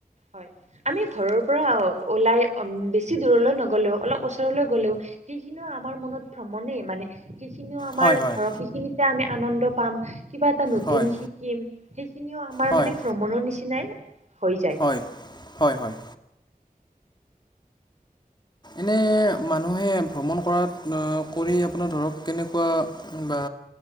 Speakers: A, on the right; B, on the left.
A: হয়, আমি ঘৰৰ পৰা ওলাই বেছি দূৰলৈ নগ'লেও অলপ ওচৰলৈ গ'লেও সেইখিনিও আমাৰ মনত ভ্ৰমণেই মানে সেইখিনিও আমাৰ
B: হয় হয়
A: ধৰক সেইখিনিতে আমি আনন্দ পাম কিবা এটা নতুন
B: হয়
A: শিকিম। সেইখিনিও আমাৰ
B: হয়
A: মানে ভ্ৰমণৰ নিচিনাই হৈ যায়।
B: হয়, হয়, হয়। এনে
A: অ
B: মানুহে ভ্ৰমণ কৰাত কৰি আপোনাৰ ধৰক কেনেকুৱা বা